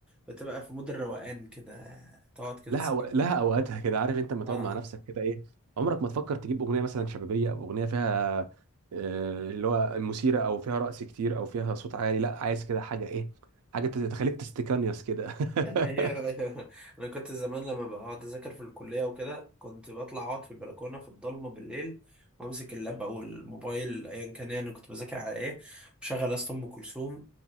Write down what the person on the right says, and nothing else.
لها
أو... لها اوقاتها كده عارف انت لما تقعد
مع نفسك كده ايه عمرك ما تفكر تجيب اغنيه مثلا شبابيه او اغنيه فيها آه، اللي هو مثيره او فيها رقص كتير او فيها صوت عالي لا عايز كده حاجه ايه حاجه تخليك تستكانيوس كده
<laughs>